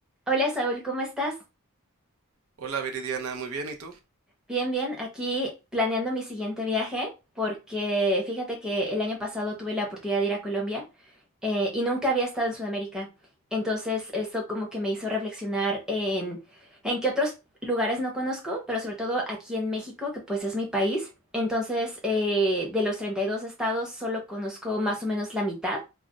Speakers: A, in the centre; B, on the right.
A: Hola Saúl, ¿cómo estás?
B: Hola Viridiana, muy bien, ¿y tú?
A: Bien, bien, aquí planeando mi siguiente viaje porque fíjate que el año pasado tuve la oportunidad de ir a Colombia eh, y nunca había estado en Sudamérica. Entonces eso como que me hizo reflexionar en, en qué otros lugares no conozco, pero sobre todo aquí en México, que pues es mi país. Entonces eh, de los 32 estados solo conozco más o menos la mitad.